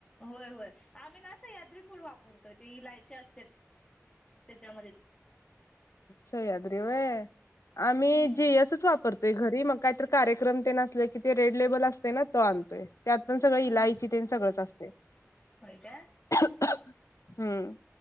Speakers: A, on the left; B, on the left.
A: होय होय आम्ही ना सह्याद्री पूड वापरतो. तर ते इलायची असते त्याच्यामध्ये.
B: सह्याद्री व्हय. आम्ही
A: हम्म
B: जीयसच वापरतोय घरी मग काय कार्यक्रम ते असले कि ते रेड लेबल असते ना तो आणतोय. त्यात पण सगळं
A: हम्म
B: इलाईची तेन सगळंच असत.
A: होय का?
B: हम्म.